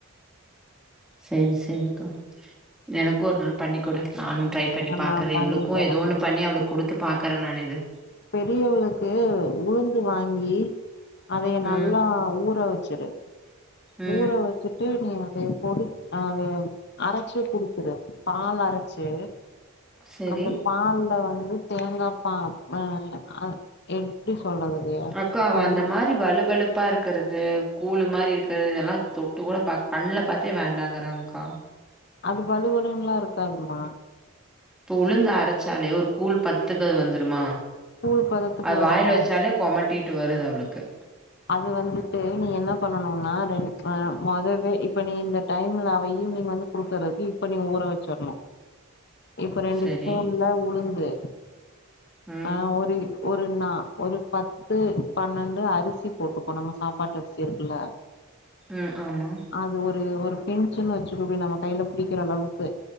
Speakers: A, in the centre; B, on the left.
A: சேரி சேரிக்கா எனக்கு ஒரு நாள் பண்ணி குடு நானு ட்ரை பண்ணி
B: ஆ
A: பாக்கறே
B: நா பண்ணி
A: இவளுக்கு
B: தரே
A: ஏதோ ஒன்னு பண்ணி அவளுக்கு குடுத்து பாக்கறே நானு இது
B: பெரியவளுக்கு உளுந்து வாங்கி அதைய நல்லா
A: ம்
B: ஊற வச்சுரு
A: ம்
B: ஊற வச்சுட் டு நீ அத பொடி அத அறைச்சி குடுத்துடு பால் அரைச்சு
A: செரி
B: அந்த பால்ல வந்து தேங்கா பா ஆ ஆ எ எப்டி சொல்றது
A: அக்கா அவந்தமாரி
B: அது ந
A: வலுவலுப் ப்பா இருக்குறது கூழ் மாரி இருக்குறது இதெல்லா தொட்டு கூட பாக் கண்ணுல பாத்தே வேண்டாங்குறாங்க்கா
B: அது வலுவலுன்லா இருக்காதுமா
A: இப்ப உளுந்து அரைச்சாலே ஒரு கூழ் பதத்துக்கது வந்துருமா
B: கூழ் பதத்துக்கு
A: அவ
B: வருதா
A: வாயில வச்சாலே கொமட்டிட்டு வருது அவளுக்கு
B: அது வந்துட்டு நீ என்ன பண்ணனுனா ரெ ஆ மொதவே இப்ப நீ இந்த டைம்ல அவ ஈவ்னிங் வந்து குடுக்கறது இப்ப நீ ஊற வச்சிரணு
A: <inaudible>
B: இப்ப ரெண்டு
A: செரி
B: ஸ்பூன்ல உளுந்து
A: ம்
B: ஆ ஒரு ஒரு நா ஒரு பத் து பன்னெண்டு அரிசி போட்டுக்கோ நம்ம சாப்பாட்டு அரிசி இருக்குல
A: ம் ஆமா
B: அது ஒரு ஒரு பின்சுன்னு வச்சுக்கவே நம்ம கையில புடிக்கிற அளவுக்கு